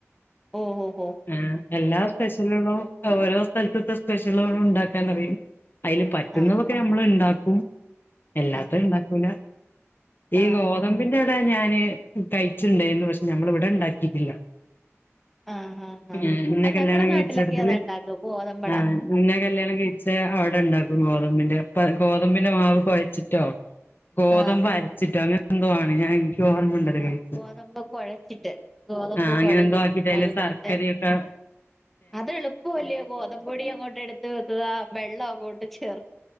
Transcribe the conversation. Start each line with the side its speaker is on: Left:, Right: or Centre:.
Centre: ആഹ് ഓഹ് ഓഹ് ഓഹ്
Left: ആ എല്ലാ
Centre: അങ്ങനെ
Left: സ്പെഷ്യലും ഓരോ സ്ഥലത്ത സ്പെഷ്യൽ ലോൺ ഇണ്ടാക്കാൻറിയും അതിൽ പറ്റുന്നതൊക്കെ
Centre: ആഹ്
Left: നമ്മൾ ഇണ്ടാക്കും ക്കും എല്ലാത്ത
Centre: ആഹ്
Left: ഇണ്ടാക്കൂല ഈ
Centre: ആഹ്
Left: ഗോതമ്പിന്റെ വി ഞാന് കഴിച്ചുണ്ടന്ന് പക്ഷെ ഞമ്മൾ ഇവിടെ ഇണ്ടാക്കിട്ടില്ല
Centre: ആഹ് ആഹ് ആഹ്
Left: ഞാനിന്നെ
Centre: ആഹ്
Left: കല്യാണം
Centre: ഞങ്ങടെ നാട്ടിലൊക്കെ
Left: കഴിച്ചടത്തിൽ
Centre: അതാ ഉണ്ടാക്കും ഗോതമ്പട
Left: ആ നിന്നെ കല്യാണം കഴിച്ച അവിടെ ണ്ടകും ഗോതമ്പിന്റെ പ്പ ഗോതമ്പിന്റെ മാവ് കുഴച്ചിട്ടോ ഗോതമ്പ്
Centre: ആഹ്
Left: അരച്ചിട്ടോ നെ എന്തോ ആണ് എനിക്ക് ഓർമ്മ ഉണ്ടത്
Centre: ആഹ്
Left: കയിച്ചത്
Centre: ഗോതമ്പ് കൊഴച്ചിട്ട് ഗോതമ്പ്
Left: ആ അങ്ങനെ
Centre: കൊഴക്കും
Left: ഏന്ധോ
Centre: കളഞ്ഞിട്ട്
Left: എ ശർക്കര ഒക്കെ
Centre: അത് എളുപ്പം വല്ലിയ ഗോതമ്പൊടി അങ്ങോട്ട് എടുത്ത് വെക്കുക വെള്ളം അങ്ങോട്ട് ചേ